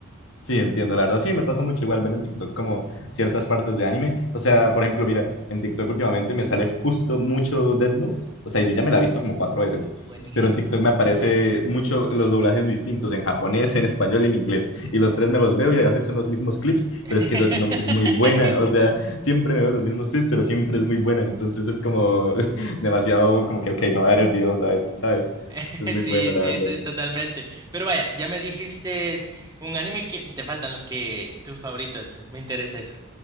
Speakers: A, on the left; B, on the right.
A: Sí, entiendo, la verdad, sí, me pasa mucho igual ver en TikTok como ciertas partes de anime. O sea, por ejemplo, mira, en TikTok últimamente me sale justo mucho Death Note. O sea, yo ya me la he visto como cuatro veces,
B: Buenísima.
A: pero en TikTok me aparece mucho los doblajes distintos en japonés, <laughs> en español y en inglés. Y los tres me los veo y a veces son los mismos clips,
B: <laughs>
A: pero es que Death Note es muy buena. O sea, siempre me veo los mismos clips, pero siempre es muy buena. Entonces es como <laughs> demasiado como que, ok, me voy a ver el video otra vez, ¿sabes?
B: <laughs>
A: Es muy
B: Sí,
A: buena, la
B: sí,
A: verdad.
B: estoy totalmente. Pero vaya, ya me dijiste un anime que te faltan los que tus favoritos. Me interesa eso.